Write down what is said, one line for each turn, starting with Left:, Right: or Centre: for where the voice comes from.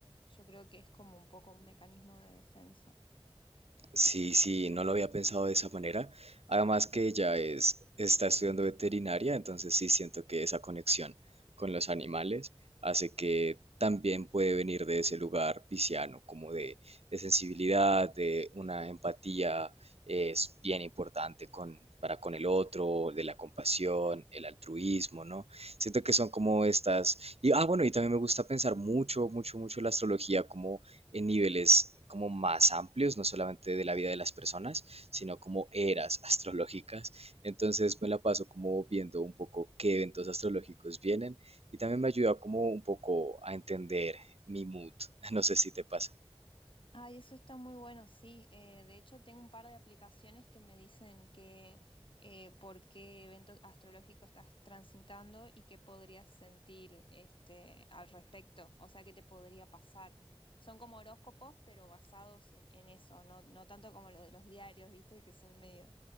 Left: Yo creo que es como un poco un mecanismo de defensa.
Right: Sí, sí, no lo había pensado de esa manera. Además que ella es, está estudiando veterinaria, entonces sí siento que esa conexión con los animales hace que también puede venir de ese lugar pisciano, como de, de sensibilidad, de una empatía eh, es bien importante con, para con el otro, de la compasión, el altruismo, ¿no? Siento que son como estas... Y, ah, bueno, y también me gusta pensar mucho, mucho, mucho la astrología como en niveles como más amplios, no solamente de la vida de las personas, sino como eras <laughs> astrológicas. Entonces me la paso como viendo un poco qué eventos astrológicos vienen y también me ayuda como un poco a entender mi mood. <laughs> No sé si te pasa.
Left: Ay, eso está muy bueno, sí. Eh, de hecho, tengo un par de aplicaciones que me dicen que eh, por qué evento astrológico estás transitando y qué podrías sentir este, al respecto, o sea, qué te podría pasar. Son como horóscopos, pero basados en, en eso, no, no tanto como los de los diarios, ¿viste? Que son medio,